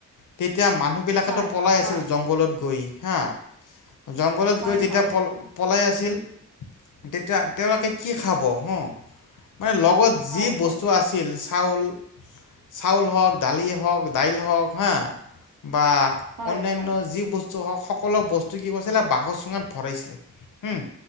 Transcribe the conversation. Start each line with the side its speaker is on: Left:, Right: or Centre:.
Left: তেতিয়া মানুহবিলাকেতো
Right: হয়
Left: পলাই
Right: হয়
Left: আছিল জংঘলত গৈ হা জংঘলত
Right: হয়
Left: গৈ যেতিয়া
Right: হয়
Left: পল পলাই আছিল তেতিয়া তেওঁলোকে কি খাব হ। মানে লগত
Right: হয়
Left: যি
Right: হয়
Left: বস্তু আছিল চাউল, চাউল হওক দালি হওঁক, দাইল হওঁক হা বা
Right: হয়
Left: অন্যান্য
Right: হয়
Left: যি বস্ত ছ হওঁক সকলো বস্তু কি কৈছিলে বাঁহৰ চুঙাত ভৰাইছিলে হু।